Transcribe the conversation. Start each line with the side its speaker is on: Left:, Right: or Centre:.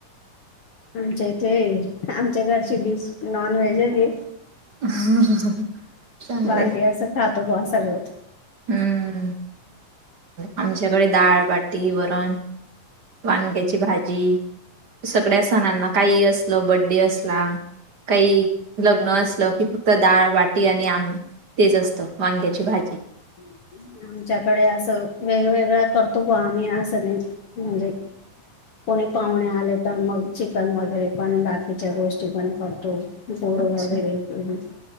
Left: आमच्या इथे आमच्याकडची डिश नॉन व्हेज आहे.
Right: <unintelligible> चांगल्या
Left: बाकी असं खातो बुवा सगळं.
Right: हम्म आमच्याकडे डाळ, बाट्टी, वरण, वांग्याची भा जी सगळ्या सणांना काही असलं बड्डे असला काही लग्न असलं कि फ क्त डाळ बाटी आणि आम तेच असतं वांग्याची भाजी.
Left: <inaudible> आमच्याकडे असं वेगवेगळं करतो बॉ आम्ही असं नाही म्हणजे कोणी पाहुणे आले, तर मग चिकन वगैरे पण बाकीच्या गोष्टी पण करतो. गोड
Right: अच्छा
Left: वगैरे हम्म